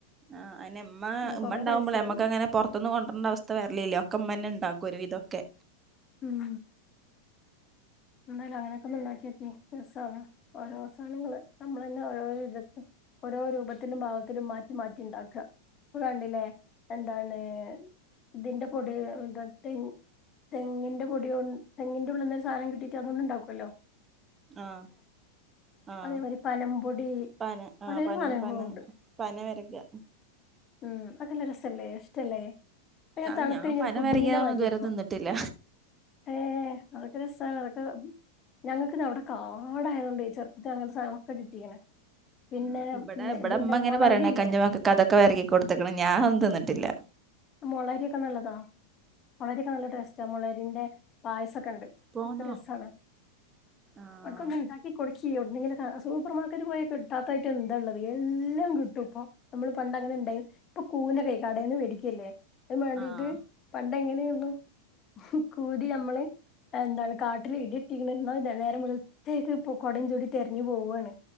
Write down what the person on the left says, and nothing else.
പിന്നെ
കൊറേ
പൈസയാവൂലേ
ഉം എന്തായാലും അങ്ങനെയൊക്കൊന്ന് ഉണ്ടാക്കി നോക്കി രസാണ് ഓരോ സാനങ്ങള് നമ്മളന്നെ ഓരോരോ വിധത്തി ഓരോ രൂപത്തിലും ഭാവത്തിലും മാറ്റി മാറ്റി ഉണ്ടാക്ക. ഇപ്പകണ്ടിലേ എന്താണ് ദേ ഇതിന്റെ പൊടി ഇതത്തി തെങ്ങിന്റെ പൊടി കൊണ് തെങ്ങിന്റെ ഉള്ളിന്ന് ഒരു സാനം കിട്ടീട്ട് അതുകൊണ്ട് ഉണ്ടാക്കൊല്ലോ.
അതേമായിരി പനമ്പൊടി
പലേ
സാധനങ്ങളൂണ്ട്.
ഉം അതിലൊര് രസല്ലേ ഇഷ്ടല്ലേ? പിന്നെ
തണുത്ത്
കഴിഞ്ഞാൽ
പുഡിങ്ങിന്റെ
മായിരിയായിരിക്കും.
ഏഹ് അതൊക്കെ രസാ അതൊക്കെ ഞങ്ങക്കിതവിടെ കാടായതുകൊണ്ടേ ചെറ്ത് അങ്ങതെ സാനങ്ങളൊക്കെ കിട്ടീക്ക്ണ്. പിന്നേം
ന്നാ
ഇതിന്റെ
മൊളകില്ലേ?
മുളയരിയൊക്കെ നല്ലതാ മുളയരിയൊക്കെ നല്ല ടേസ്റ്റാ മുളയരിന്റെ പായസൊക്കെയുണ്ട്
അതൊക്കെ രസാണ്
അതൊക്കൊന്ന് ഇണ്ടാ ഈ കൊടുക്കി ഒന്നില്ലെങ്കിൽ സൂപ്പർ മാർക്കറ്റ് പോയി കിട്ടാത്തായിട്ട് എന്താള്ളുത് എല്ലാം കിട്ടും ഇപ്പൊ നമ്മള് പണ്ട അങ്ങനെ ഇണ്ട ഇപ്പൊ കൂവനൊക്കെ കടേന്ന് വേടിക്കല്ലേ അതിന് വേണ്ടിട്ട്
പണ്ട് എങ്ങനെയായിരുന്നു കൂരി നമ്മള് എന്താണ് കാട്ടില ഇടി ഇട്ടിരുന്നാ നേരെ വെളത്തേക്ക് ഇ കൊടയും ചൂടി തിരഞ്ഞു പോവാണ്